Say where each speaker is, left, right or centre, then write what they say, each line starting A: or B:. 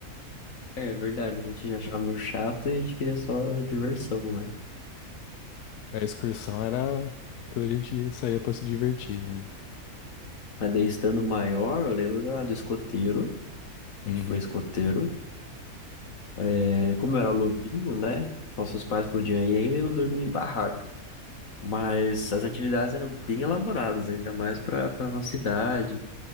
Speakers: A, on the left (about 60°); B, on the left (about 85°).
A: É verdade, a gente achava meio chato e a gente queria só diversão, né?
B: A excursão era quando a gente saía pra se divertir mesmo.
A: Mas daí estando maior, eu lembro da, do escoteiro.
B: Uhum,
A: A gente foi escoteiro. É, como era lobinho, né? Nossos pais podiam ir ainda e eu dormia em barraca. Mas as atividades eram bem elaboradas, ainda mais para para nossa idade.